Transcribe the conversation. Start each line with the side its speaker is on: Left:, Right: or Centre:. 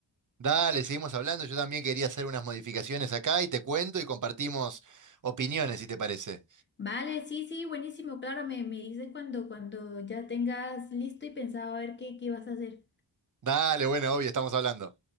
Right: Dale, seguimos hablando. Yo también quería hacer unas modificaciones acá y te cuento y compartimos opiniones, si te parece.
Left: Vale, sí, sí, buenísimo, claro, me, me dices cuando, cuando ya tengas listo y pensado a ver qué, qué vas a hacer.
Right: Dale, bueno, obvio, estamos hablando.